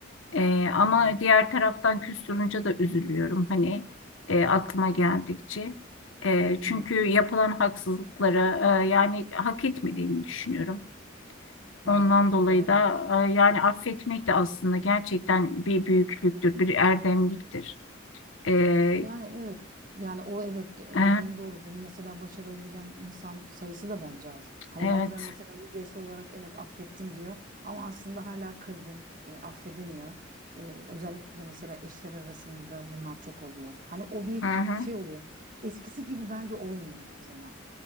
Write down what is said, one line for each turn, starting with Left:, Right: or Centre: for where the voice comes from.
Left: Ee, ama
Right: Hı hı.
Left: diğer taraftan küstürünce de üzülüyorum hani e, aklıma geldikçe. E, çünkü
Right: Hı hı.
Left: yapılan haksızlıklara e, yani hak etmediğimi düşünüyorum.
Right: hı.
Left: Ondan
Right: hı.
Left: dolayı
Right: Doğru.
Left: da e, yani affetmek de aslında gerçekten bir büyüklüktür, bir erdemliktir. E,
Right: Yani evet. Yani o evet de-
Left: e,
Right: dediğin doğru. Bunu mesela başarabilen insan sayısı da bence az. Hani
Left: evet.
Right: bazen mesela yüzeysel olarak evet affettim diyor ama aslında hala kırgın, e, affedemiyor. E, özellikle de mesela eşler arasında bunlar çok oluyor. Hani o bir
Left: Hı hı.
Right: şey oluyor. Eskisi gibi bence olmuyor hiçbir zaman.